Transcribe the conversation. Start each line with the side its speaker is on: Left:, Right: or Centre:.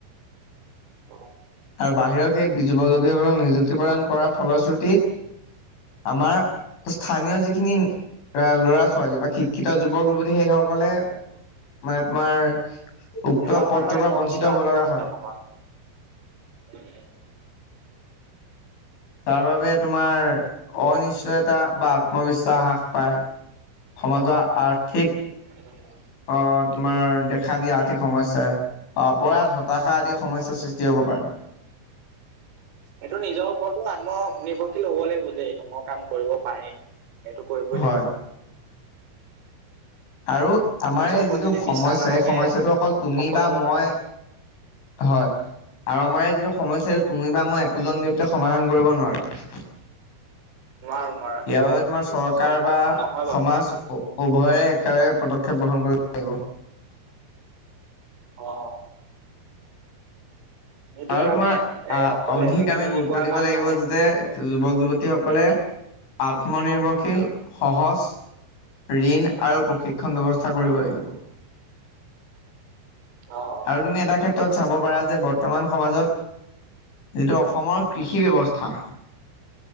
Right: অ
Left: আৰু বাহিৰৰ সেই যুৱক যুৱীসকলক নিযুক্তি প্ৰদান কৰাৰ ফলশ্ৰুতিত আমাৰ স্থানীয় যিখিনি ল'ৰা ছোৱালী বা শিক্ষিত যুৱক যুৱতী সেইসকলে মানে তোমাৰ উক্ত
Right: এইবিলাকৰ
Left: পথটোৰ
Right: কাৰণে মানে
Left: পৰা বঞ্চিত হব
Right: আছে
Left: লগা
Right: এইবিলাকৰ
Left: হয়।
Right: পৰা উম,
Left: তাৰ বাবে তোমাৰ অনিশ্চয়তা বা আত্মবিশ্বাস হ্ৰাস পায়। সমাজৰ আৰ্থিক
Right: উ <unintelligible>
Left: অ' তোমাৰ দেখা দিয়া আৰ্থিক সমস্যাই অপৰাধ হতাশা আদি সমস্যাৰ সৃষ্টি হ'ব পাৰে।
Right: এইটো নিজৰ ওপৰতো আত্মনিৰ্ভৰশীল হব লাগিব যে এইটো মই কাম কৰিব পাৰিম। এইটো কৰিবই
Left: হয়
Right: লাগিব।
Left: আৰু আমাৰ
Right: নিজৰ
Left: এই
Right: ওপৰত
Left: যিটো
Right: যদি
Left: সমস্যা
Right: বিশ্বাস নাথাকে
Left: এই সমস্যাটো অকল তুমি
Right: সফল
Left: বা
Right: হ'ব নোৱাৰে
Left: মই হয়। আৰু আমাৰ এই যিটো সমস্যা এইটো তুমি বা মই একোজন ব্যক্তিয়ে সমাধান কৰিব নোৱাৰো। ইয়াৰ
Right: নোৱাৰো নোৱাৰো সেইটো
Left: বাবে তোমাৰ চৰকাৰ
Right: সম্ভৱ
Left: বা
Right: নহয় বাৰু
Left: সমাজ উভয়ে একেলগে পদক্ষেপ গ্ৰহণ কৰিব লাগিব।
Right: অ', সেইটো
Left: আৰু
Right: মানে
Left: তোমাৰ
Right: এ অকল
Left: অধিক
Right: এজনে
Left: আমি
Right: মিলি
Left: গুৰুত্ব
Right: কৰা
Left: দিব
Right: কাম
Left: লাগিব
Right: নহয়
Left: যাতে। যুৱক-যুৱতী সকলে আত্মনিৰ্ভৰশীল সহজ
Right: উম
Left: ঋণ আৰু প্ৰশিক্ষণ ব্যৱস্থা
Right: উম
Left: কৰিব লাগিব।
Right: অ',
Left: আৰু তুমি এটা ক্ষেত্ৰত চাব পাৰা যে বৰ্তমান সমাজত যিটো অসমৰ কৃষি ব্যৱস্থা।